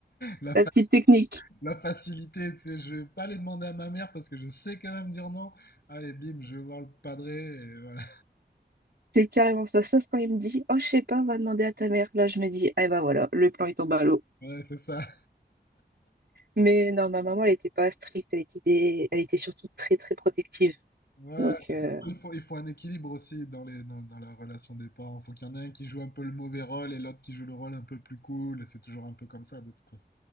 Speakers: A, on the left; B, on the right.
A: La, fa-
B: La petite technique.
A: la facilité, tu sais, je vais pas les demander à ma mère parce que je sais quand même dire non. Allez, bim, je vais voir le padré et voilà.
B: C'est carrément ça. Sauf quand il me dit, oh, je sais pas, va demander à ta mère. Là, je me dis, ah ben voilà, le plan il tombe à l'eau.
A: Ouais, c'est ça.
B: Mais non, ma maman, elle était pas stricte, elle était, des- elle était surtout très, très protective.
A: Ouais,
B: Donc,
A: mais
B: euh,
A: de toute façon, il faut, il faut un équilibre aussi dans les, dans, dans la relation des parents. Il faut qu'il y en ait un qui joue un peu le mauvais rôle et l'autre qui joue le rôle un peu plus cool. Et c'est toujours un peu comme ça, de toute façon.